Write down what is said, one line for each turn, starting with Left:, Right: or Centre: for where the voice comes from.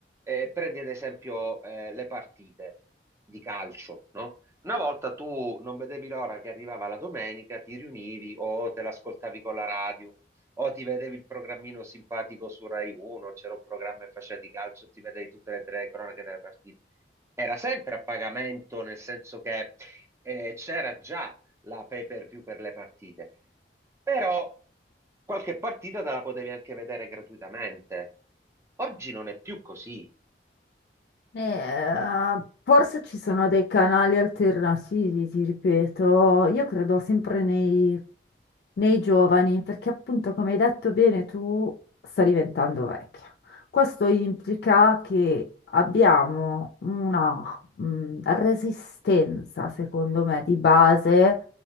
Right: Eh, prendi ad esempio eh, le partite di calcio, no? Una volta tu non vedevi l'ora che arrivava la domenica, ti riunivi o te l'ascoltavi con la radio. O ti vedevi il programmino simpatico su Rai 1, c'era un programma che faceva di calcio, e ti vedevi tutte le tre cronache delle partite. Era sempre a pagamento, nel senso che eh, c'era già la pay-per-view per view per le partite, però qualche partita te la potevi anche vedere gratuitamente. Oggi non è più così.
Left: Eh, forse ci sono dei canali alternativi, ti ripeto, io credo sempre nei, nei giovani, perché appunto, come hai detto bene, tu stai diventando vecchia. Questo implica che abbiamo una, mh, resistenza, secondo me, di base